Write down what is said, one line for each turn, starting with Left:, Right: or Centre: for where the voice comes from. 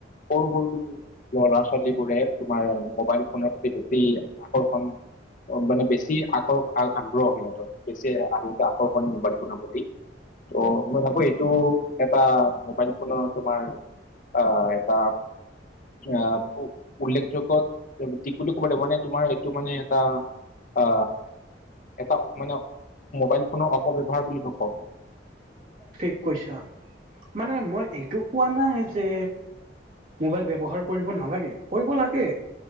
Left: সৰু-সৰু ল'ৰা-ছোৱালীবোৰে তোমাৰ মোবাইল ফোনৰ প্ৰতি বেছি আকৰ্ষণ মানে, বেচি আগ্ৰহ সিহঁতৰ বেছি আ' আকৰ্ষণীয় মোবাইল ফোনৰ প্ৰতি ত মই ভাবো, এইটো এটা মোবাইল ফোনৰ তোমাৰ আ' এটা আ' উল্লেখযোগত দি বুলি ক'ব লাগিব। মানে তোমাৰ এইটো মানে এটা, অ এটা মানে মোবাইল ফোনৰ অপব্যৱহাৰ বুলি মই কম।
Right: ঠিক কৈছা, মানে মই এইটো কোৱা নাই যে মোবাইল ব্যৱহাৰ কৰিব নালাগে। কৰিব লাগে